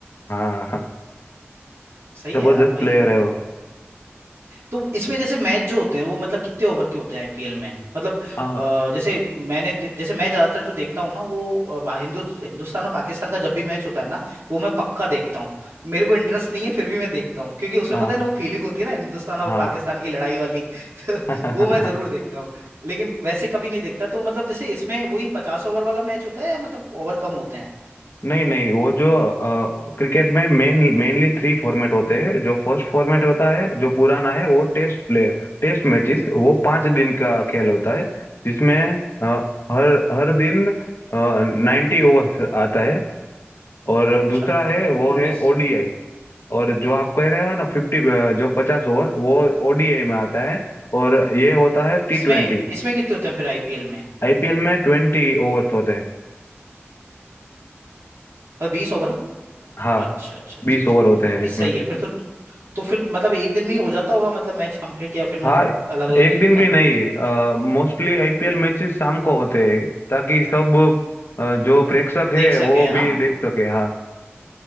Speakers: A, on the left; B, on the right.
A: हाँ हाँ,
B: सही
A: जबरदस्त
B: है यार भाई
A: प्लेयर
B: मतलब
A: है वो
B: तो इसमें जैसे मैच जो होते हैं वो मतलब कितने ओवर के होते हैं आईपीएल में मतलब
A: हाँ
B: अ, जैसे मैंने दे- जैसे मैं ज्यादातर जो देखता हूँ ना वो अ, हिंदु, हिंदुस्तान और पाकिस्तान का जब भी मैच होता है ना वो मैं पक्का देखता हूँ मेरे को इंटरेस्ट नहीं है फिर भी मैं देखता हूँ क्योंकि उसमें
A: हाँ
B: पता है ना वो फीलिंग होती है ना हिंदुस्तान और
A: हाँ
B: पाकिस्तान की लड़ाई वाली <laughs> तो
A: हाँ
B: वो मैं जरूर
A: <laughs>
B: देखता हूँ लेकिन वैसे कभी नहीं देखता तो मतलब जैसे इसमें वही पचास ओवर वाला मैच होता है या मतलब ओवर कम होते हैं
A: नहीं नहीं वो जो क्रिकेट में मेन मेनली थ्री फॉर्मेट होते हैं जो फर्स्ट फॉर्मेट होता है जो पुराना है वो टेस्ट प्ले टेस्ट मैचेस वो पांच दिन का खेल होता है जिसमें अ, हर हर दिन नाइन्टी ओवर्स आता है और
B: अच्छा
A: दूसरा है
B: मतलब
A: वो
B: उन्नीस
A: है ओडीआई और जो आप कह रहे हो ना फिफ्टी जो पचास ओवर वो ओडीआई में आता है और ये होता
B: तो
A: है टी
B: इसमें
A: ट्वेंटी
B: इसमें कितने होते हैं फिर आईपीएल में
A: आईपीएल में ट्वेंटी ओवर्स होते हैं
B: मतलब बीस ओवर अच्छा
A: हाँ
B: अच्छा अच्छा
A: बीस
B: अच्छा
A: ओवर होते हैं
B: नहीं
A: इसमें
B: सही है फिर तो तो फिर मतलब एक दिन में ही हो जाता होगा मतलब मैच कंप्लीट या फिर
A: हाँ
B: मतलब अलग अलग
A: एक
B: दिन
A: दिन
B: होता
A: भी
B: है
A: नहीं मोस्टली आईपीएल मैचेस शाम को होते हैं ताकि सब अ, जो प्रेक्षक है
B: देख वो सके
A: वो
B: है
A: भी
B: ना बिल्कुल
A: देख सके हाँ